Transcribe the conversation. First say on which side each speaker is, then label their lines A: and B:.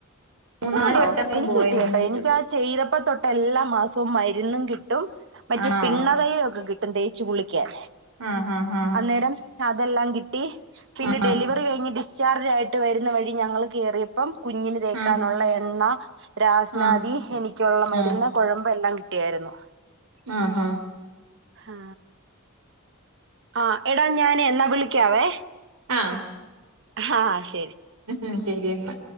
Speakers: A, on the right; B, on the right.
A: മൂന്നാല്
B: ആണോ
A: വട്ടം
B: എനിക്ക്
A: പോയി
B: കിട്ടി
A: നിന്നിട്ട്
B: കേട്ടോ എനിക്കാ ചെയ്തപ്പ തൊട്ടല്ലാം മാസവും മരുന്നും കിട്ടും മറ്റേ
A: ആണോ
B: പിണ്ണതയിലും ഒക്കെ കിട്ടും തേച്ച് കുളിക്കാൻ.
A: ആഹ് ആഹ്
B: അന്നേരം അതെല്ലാം കിട്ടി
A: ആഹ്
B: പിന്നെ ഡെലിവറി കഴിഞ്ഞ് ഡിസ്ചാർജ് ആയിട്ട് വരുന്ന വഴി ഞങ്ങൾ കേറിയപ്പം കുഞ്ഞിന് തേക്കാനുള്ള
A: ആഹ്
B: എണ്ണ, രാസ്നാദി,
A: ആഹ്
B: എനിക്കുള്ള മരുന്ന്,
A: ആഹ്
B: കുഴബ് എല്ലാം കിട്ടിയായിരുന്നു.
A: ആ ആ
B: ആ ആ എടാ ഞാൻ എന്നാ വിളിക്കാവേ.
A: ആ
B: ആ ശ
A: ഉം ശരി എന്നാ.